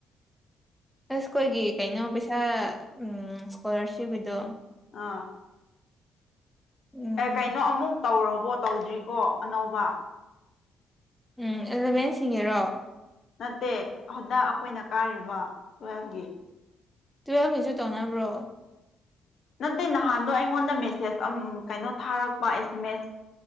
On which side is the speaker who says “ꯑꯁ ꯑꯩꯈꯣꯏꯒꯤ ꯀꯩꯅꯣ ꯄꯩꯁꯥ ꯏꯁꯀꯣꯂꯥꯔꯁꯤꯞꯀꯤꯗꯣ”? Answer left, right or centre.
Centre